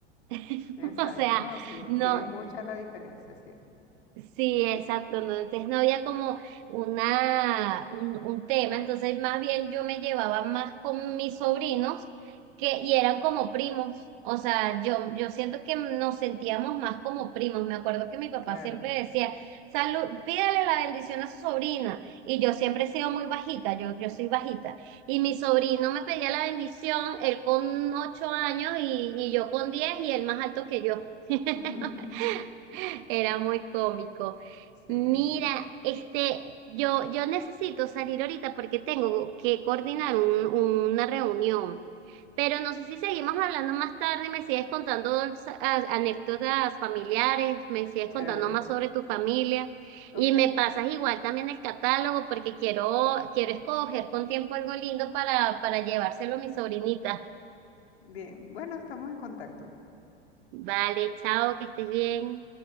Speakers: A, on the right; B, on the left.
A: <laughs>
B: Exacto.
A: O sea,
B: No, sí,
A: no,
B: sí es mucha la diferencia, sí.
A: Sí, exacto. no, Entonces no había como una, un, un tema. Entonces, más bien yo me llevaba más con mis sobrinos que, y eran como primos. O sea, yo, yo siento que nos sentíamos más como primos. Me acuerdo que mi papá
B: Claro.
A: siempre decía, salud, pídale la bendición a su sobrina. Y yo siempre he sido muy bajita, yo, yo soy bajita. Y mi sobrino me pedía la bendición, él con ocho años y, y yo con diez y él más alto que yo. <laughs>
B: <laughs>
A: Era muy cómico.
B: Sí,
A: Mira, este, yo, yo necesito salir ahorita porque tengo que coordinar un- una reunión, pero no sé si seguimos hablando más tarde, me sigues contando sa- a- anécdotas familiares, me sigues
B: chévere.
A: contando más sobre tu familia y
B: Ok,
A: me pasas igual también el catálogo porque quiero, quiero escoger con tiempo algo lindo para, para llevárselo a mi sobrinita.
B: bien. Bueno, estamos en contacto.
A: Vale, chao, que estés bien.